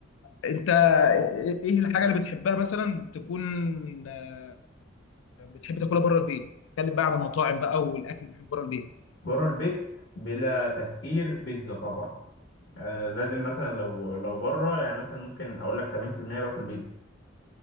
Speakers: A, on the left; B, on the left.
A: انت ايه إيه الحاجه اللي بتحبها مثلا تكون آه، بتحب تاكلها بره البيت اتكلم بقى عن المطاعم بقى والاكل اللي بتحبه بره البيت
B: بره البيت بلا تفكير بيتزا طبعا آه لازم مثلا لو لو بره يعني مثلا ممكن اقول لك 70% باكل بيتزا